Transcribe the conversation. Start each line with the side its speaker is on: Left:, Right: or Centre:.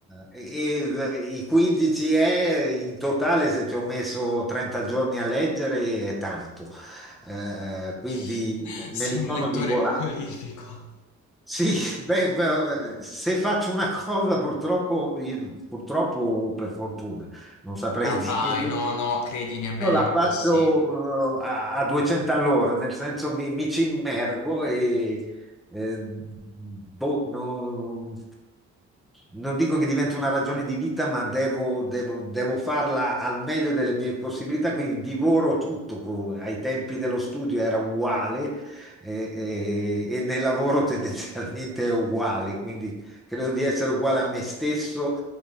Centre: eh, e i 15 è in totale, se ci ho messo 30 giorni a leggere, è tanto. Eh, quindi
Left: <laughs>
Centre: me
Left: Sei
Centre: li
Left: un
Centre: sono
Left: lettore
Centre: divorati.
Left: prolifico.
Centre: Sì, <laughs> beh, beh, se faccio una cosa purtroppo, io- purtroppo o per fortuna, non saprei
Left: La fai,
Centre: <laughs> dirlo,
Left: no, no, credimi, è meglio
Centre: io la faccio
Left: così.
Centre: eh, a, a 200 all'ora, nel senso mi, mi ci immergo e eh, boh, non, non dico che diventa una ragione di vita, ma devo, devo- devo farla al meglio delle mie possibilità, quindi divoro tutto. co- Ai tempi dello studio era uguale, eh, eh, e nel lavoro tendenzialmente è uguale, quindi credo di essere uguale a me stesso